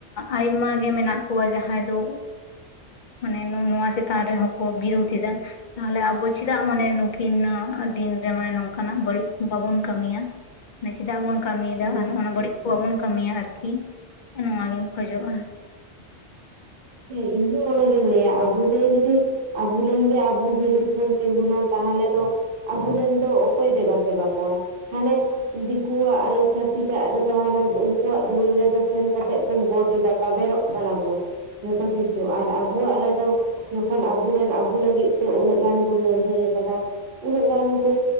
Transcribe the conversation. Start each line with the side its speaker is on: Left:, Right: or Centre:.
Left: ᱟᱭᱢᱟ ᱜᱮ ᱢᱮᱱᱟᱜ ᱠᱚᱣᱟ ᱡᱟᱦᱟᱸᱭ ᱫᱚ ᱢᱟᱱᱮ ᱱᱚᱣᱟ ᱪᱮᱛᱟᱱ ᱨᱮᱦᱠᱚ ᱵᱤᱨᱩᱫᱽᱫᱮᱫᱟ ᱾ ᱛᱟᱦᱞᱮ ᱟᱵᱚ ᱪᱮᱫᱟᱜ ᱢᱟᱱᱮ ᱱᱩᱠᱤᱱ ᱫᱤᱱᱨᱮ ᱢᱟᱱᱮ ᱱᱚᱝᱠᱟᱱᱟᱜ ᱵᱟᱹᱲᱤᱡ ᱵᱟᱵᱚᱱ ᱠᱟᱹᱢᱤᱭᱟ ᱢᱮ ᱪᱮᱫᱟᱜ ᱵᱚᱱ ᱠᱟᱹᱢᱤᱭᱮᱫᱟ
Right: ᱦᱳᱭ ᱦᱳᱭ
Left: ᱱᱚᱜ ᱱᱟ ᱵᱟᱹᱲᱤᱡ ᱠᱚ ᱵᱟᱵᱚᱱ ᱠᱟᱹᱢᱤᱭᱟ ᱟᱨᱠᱤ ᱱᱚᱣᱟᱜᱤᱧ ᱠᱷᱚᱡᱚᱜᱼᱟ᱾
Right: ᱦᱮᱸ ᱤᱧᱦᱚᱸ ᱚᱱᱟᱜᱤᱧ ᱞᱟᱹᱭᱟ ᱟᱵᱚᱫᱚ ᱡᱩᱫᱤ ᱟᱵᱚᱨᱮᱱ ᱜᱮ ᱟᱵᱚ ᱵᱤᱨᱩᱫ ᱵᱚᱱ ᱛᱤᱸᱜᱩᱱᱟ ᱛᱟᱦᱚᱞᱮ ᱫᱚ ᱟᱵᱚᱨᱮᱱ ᱫᱚ ᱚᱠᱚᱭ ᱫᱮᱵᱟ ᱥᱮᱵᱟ ᱠᱚᱣᱟᱭ ᱦᱟᱱᱮ ᱫᱤᱠᱩᱣᱟᱜ ᱟᱭ ᱪᱷᱟᱹᱛᱤᱠᱟᱜ ᱨᱮᱫᱚ ᱦᱟᱱᱮ ᱩᱱᱠᱩᱣᱟᱜ ᱫᱩᱣᱟᱹᱨ ᱨᱮᱫᱚ ᱥᱮᱱ ᱠᱟᱛᱮᱜ ᱵᱩᱱ ᱜᱚᱴ ᱮᱫᱟ ᱛᱟᱵᱮᱨᱚᱜ ᱠᱟᱱᱟᱵᱚᱱ ᱡᱚᱛᱚ ᱠᱤᱪᱷᱩ ᱟᱨ ᱟᱵᱚᱣᱟᱜ ᱨᱮᱫᱚ ᱡᱚᱠᱷᱚᱱ ᱟᱵᱚᱨᱮᱱ ᱟᱵᱩ ᱞᱟᱹᱜᱤᱫ ᱛᱮ ᱩᱱᱟᱹᱜ ᱜᱟᱱ ᱠᱚ ᱞᱟᱹᱲᱦᱟᱹᱭ ᱟᱠᱟᱫᱟ ᱩᱱᱟᱹᱜ ᱜᱟᱱ ᱠᱚ